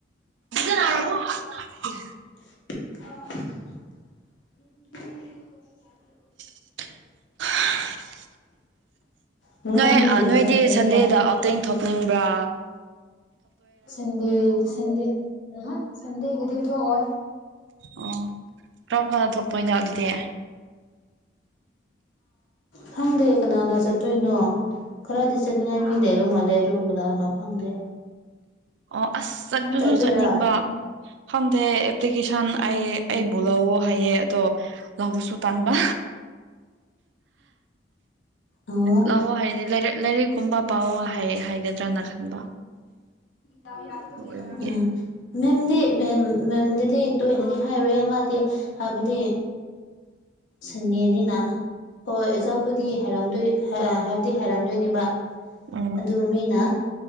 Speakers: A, on the right (about 70°); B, on the left (about 90°).
A: ꯁꯤꯖꯤꯟꯅꯔꯕꯣ ꯅꯪ ꯀꯥꯏ ꯂꯩꯒꯦ꯫
B: ꯑ <unintelligible>
A: <unintelligible>
B: ꯅꯨꯡꯗꯥꯡꯗꯤ
A: ꯅꯣꯏ
B: ꯀꯔꯤ ꯌꯦꯟꯖꯥꯡ
A: ꯅꯣꯏꯗꯤ
B: ꯊꯣꯡꯗꯣꯏꯕ
A: ꯁꯟꯗꯦꯗ ꯑꯥꯎꯇꯤꯡ ꯊꯣꯛꯅꯤꯡꯕ꯭ꯔ꯫
B: ꯁꯟꯗꯦ ꯁꯟꯗꯦ ꯑꯨꯝꯍꯨ ꯁꯟꯗꯦꯒꯤꯗꯤ ꯊꯣꯛꯑꯣꯏ
A: ꯑꯣ ꯀꯔꯝ ꯀꯥꯟꯗ ꯊꯣꯛꯇꯣꯏꯅꯣ ꯑꯗꯨꯗꯤ꯫
B: ꯈꯪꯗꯦ ꯀꯅꯥꯅ ꯆꯠꯇꯣꯏꯅꯣ꯫ ꯈꯔꯗꯤ ꯆꯠꯅꯤꯡꯉꯥꯏ ꯃꯤ ꯂꯩꯕ ꯃꯥꯜꯂꯦ ꯑꯗꯨ ꯀꯅꯥꯅꯣ ꯈꯪꯗꯦ
A: ꯑꯣ ꯑꯁ ꯆꯠꯄꯁꯨ
B: ꯅꯪ ꯆꯠꯇꯣꯏꯔꯥ
A: ꯆꯠꯅꯤꯡꯕ ꯈꯪꯗꯦ ꯑꯦꯄ꯭ꯂꯤꯀꯦꯁꯟ ꯑꯩ
B: ꯎꯝ
A: ꯑꯩꯕꯨ ꯂꯧꯑꯣ ꯍꯥꯏꯌꯦ ꯑꯗꯣ ꯂꯧꯕꯁꯨ ꯇꯟꯕ
B: ꯑꯣ
A: ꯂꯧꯑꯣ ꯍꯥꯏꯗꯤ ꯂꯥꯏꯔꯤꯛ ꯀꯨꯝꯕ ꯄꯥꯎ ꯍꯥꯏꯒꯗ꯭ꯔꯥꯅ ꯈꯟꯕ
B: ꯗꯥꯎ ꯌꯥꯗꯕꯒꯤ
A: ꯑꯗꯨ ꯑꯣꯏꯕꯒꯤ
B: ꯑꯣꯏꯔꯝꯅꯤ ꯃꯦꯝꯗꯤ ꯃꯦꯝ ꯃꯦꯝꯗꯨꯗꯤ ꯇꯣꯏꯅꯗꯤ ꯍꯥꯏꯔꯣꯌꯦ ꯃꯥꯗꯤ ꯍꯥꯏꯕꯗꯤ ꯁꯟꯗꯦꯅꯤꯅ ꯍꯣꯏ ꯑꯣꯖꯕꯨꯗꯤ ꯍꯥꯏꯔꯝꯗꯣꯏ ꯍꯥꯏꯕꯨꯗꯤ ꯍꯥꯏꯔꯝꯗꯣꯏꯅꯦꯕ꯫
A: ꯎꯝ
B: ꯑꯗꯨ ꯃꯤꯅ